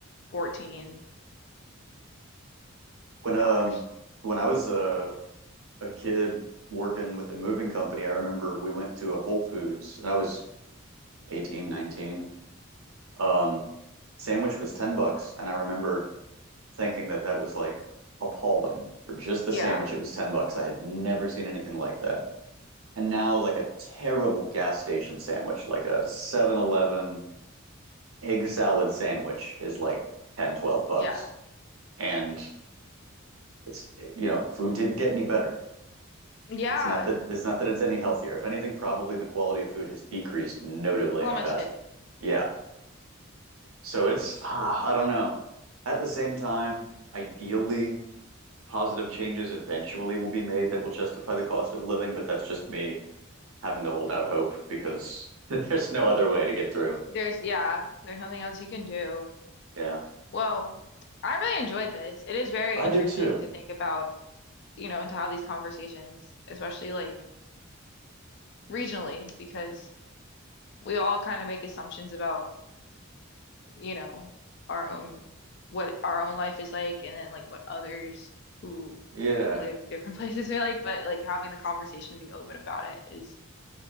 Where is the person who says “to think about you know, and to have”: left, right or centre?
Left